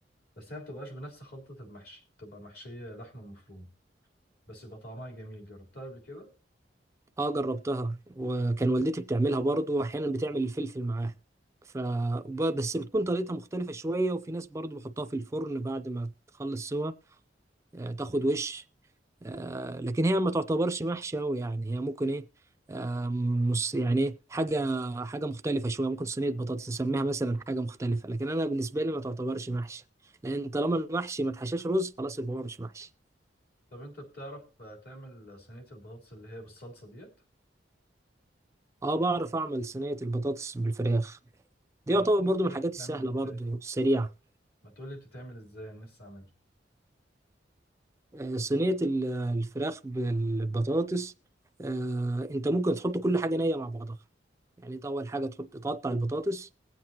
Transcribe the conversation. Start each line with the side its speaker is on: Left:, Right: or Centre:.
Left: بس هي ما بتبقاش بنفس خلطه المحشي بتبقى محشيه لحمه مفرومه بس يبقى طعمها جميل جربتها قبل كده
Right: اه جربتها وكان والدتي بتعملها برضو واحيانا بتعمل الفلفل معاها ف ب- بس بتكون طريقتها مختلفة شوية وفي ناس برضو بحطها في الفرن بعد ما تخلص سوا آه، تاخد وش آه، لكن هي ما تعتبرش محشي أوي يعني هي ممكن ايه آه، مص يعني إيه، حاجة حاجة مختلفة شوية ممكن صينية بطاطس نسميها مثلا حاجة مختلفة لكن أنا بالنسبة لي ما تعتبرش محشي لأن طالما المحشي ما تحشاش رز خلاص يبقى هو مش محشي
Left: طب انت بتعرف تعمل صينية البطاطس اللي هي بالصلصة ديت
Right: اه بعرف أعمل صينية البطاطس بالفراخ
Left: طب
Right: دي يعتبر
Left: ما تقول
Right: برضو
Left: كده
Right: من الحاجات
Left: بتتعمل
Right: السهلة
Left: ازاي
Right: برضو السريعة
Left: ما تقول لي بتتعمل ازاي انا لسه اعملها
Right: آه، صينية ال- الفراخ بالبطاطس آه، انت ممكن تحط كل حاجة نية مع بعضها يعني انت اول حاجة تحط تقطع البطاطس